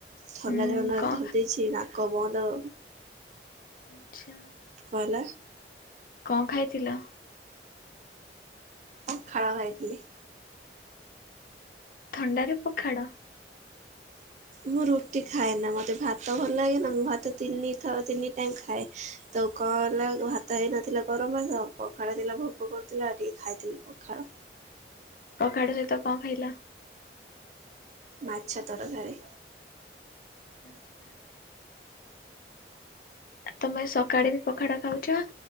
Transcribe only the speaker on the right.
ଥଣ୍ଡା
ଧରି ଦେଇଛି ନା। କ ବନ୍ଦ
କଲ <unintelligible>
ପଖାଳ ଖାଇଥିଲି।
ମୁଁ ରୁଟି ଖାଏ ନା ମତେ ଭାତ ଭଲ ଲାଗେ ନା ମୁଁ ଭାତ ତିନିଥର ତିନି ଟାଇମ ଖାଏ ତ କଣ ହେଲା ଭାତ ହେଇନଥିଲା ଗରମ ତ ପଖାଳ ଥିଲା ଭୋକ କରୁଥିଲା ଆଉ ଟିକେ ଖାଇଥିଲି ପଖାଳ।
ମାଛ ତରକାରୀ।